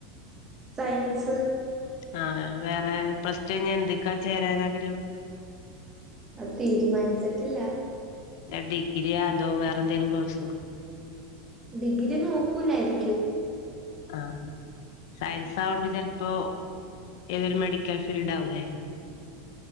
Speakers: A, on the right; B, on the left.
A: സയൻസ്
B: ആ വേറെ പ്ലസ്ടു കൈഞ്ഞ എന്തിക്ക ചേരാൻ ആഗ്രഹം
A: അത് തീരുമാനിച്ചിട്ടില്ല
B: ലാ ഡിഗ്രിയ അതോ വേറെ എന്തെേലും കോഴ്സോ
A: ഡിഗ്രി നോക്കൂലായിരിക്കും.
B: ആ സയൻസ് ആവോണ്ട് ചിലപ്പോ ഏതെങ്കിലും മെഡിക്കൽ ഫീൽഡ് ആവൂല്ലേ?